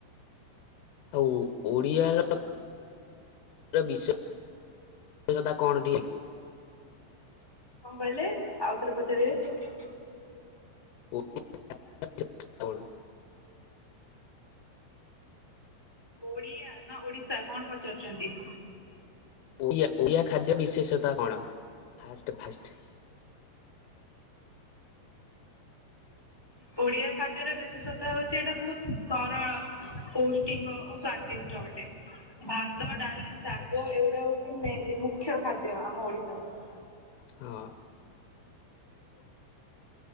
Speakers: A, on the left (about 90°); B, in the centre.
A: ଆଉ ଓଡ଼ିଆର <unintelligible> ବିଷୟ କଣ ଦିଏ।
B: କଣ କହିଲେ ଆଉ ଥରେ ପଚାରିବେ
A: <unintelligible>
B: ଓଡିଆ ନା ଓଡିଶା କଣ ପଚାରୁଛନ୍ତି?
A: ଓଆ ଓଆ ଖାଦ୍ୟ ବିଶେଷତା କଣ ଫା ଫଷ୍ଟ
B: ଓଡିଆ ଖାଦ୍ୟର ବିଶେଷତା ହଉଛି ଏଇଟା ବହୁତ ସରଳ ପୌଷ୍ଟିକ ଓ ସ୍ଵାଦିଷ୍ଟ ଅଟେ। ଭାତ ଡାଲି ଶାଗ ଏଗୁଡା ହଉଛି ମେନଲି ମୁଖ୍ୟ ଖାଦ୍ୟ ଆମ ଓଡିଶାର।
A: ହଁ। ଆ